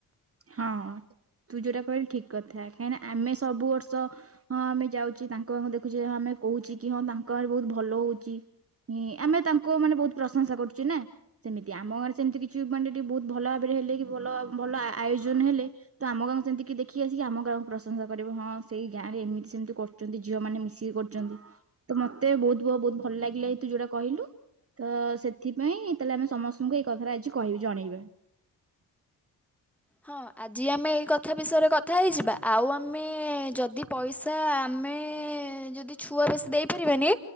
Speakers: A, on the right; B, in the centre.
A: ହଁ ତୁ ଯୋଉଟା କହିଲୁ ଠିକ୍ କଥା କାହିଁକିନା ଆମେ ସବୁ ବର୍ଷ ହଁ ଆମେ ଯାଉଛେ ତାଙ୍କ ଦେଖୁଛେ ଆମେ କହୁଛେ କି ହଁ ତାଙ୍କ ଆରେ ବହୁତ ଭଲ ହଉଛି ଆମେ ତାଙ୍କ ମାନେ ବହୁତ ପ୍ରଶଂସା କରୁଚେ ନା ସେମିତି ଆମ ଗାଁରେ ସେମିତି କିଛି ମାନେ ଟିକେ ବହୁତ ଭଲ ଭାବରେ ହେଲେ କି ଭଲ ଭଲ ଆୟୋଜନ ହେଲେ ତ ଆମ ଗାଁକୁ ସେନ୍ତି କିଏ ଦେଖି ଆସିକି ଆମ ଗାଁକୁ ପ୍ରଶଂସା କରିବ ହଁ ସେଇ ଗାଁରେ ଏମିତି ସେମିତି କରୁଛନ୍ତି ଝିଅମାନେ ମିଶିକି କରୁଛନ୍ତି ତ ମୋତେ ବହୁତ ବହୁତ ଭଲ ଲାଗିଲା ଏ ତୁ ଯୋଉଟା କହିଲୁ ତ ସେଥିପାଇଁ ତାହେଲେ ଆମେ ସମସ୍ତଙ୍କୁ ଏଇ କଥାଟା ଆଜି କହିବି ଜଣେଇବା।
B: ହଁ ଆଜି ଆମେ ଏଇ କଥା ବିଷୟରେ କଥା ହେଇଯିବା। ଆଉ ଆମେ ଯଦି ପଇସା ଆମେ ଯଦି ଛୁଆ ବେଶୀ ଦେଇପାରିବେନି